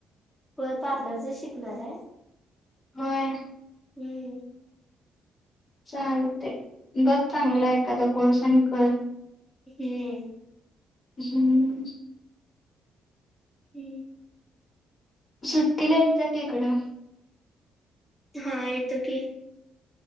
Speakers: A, in the centre; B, on the left.
A: होय पार्लरच शिकणार आहे.
B: होय.
A: हम्म.
B: चालतय बघ चांगला एखादा कोर्स आणि कर.
A: हम्म.
B: हम्म.
A: ह.
B: सुट्टीला येत जा की इकडं.
A: हा येतो की